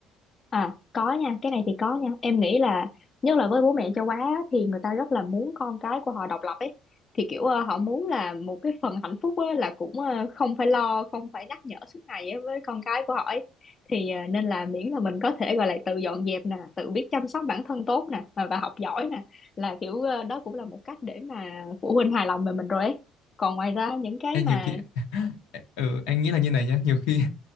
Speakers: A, on the left (about 30°); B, on the left (about 85°).
A: À có nha, cái này thì có nha. Em nghĩ là nhất là với bố mẹ châu Á á, thì người ta rất là muốn con cái của họ độc lập ấy. Thì kiểu ờ, họ muốn là một cái phần hạnh phúc á, là cũng ờ, không phải lo, không phải nhắc nhở suốt ngày á, với con cái của họ ấy. Thì ờ, nên là miễn là mình có thể gọi là tự dọn dẹp nè, tự biết chăm sóc bản thân tốt nè và và học giỏi nè là kiểu ờ, đó cũng là một cách để mà phụ huynh hài lòng về mình rồi ấy. Còn ngoài ra những cái
B: em
A: mà
B: nhiều khi <laughs> ừ, anh nghĩ là như này nhá nhiều khi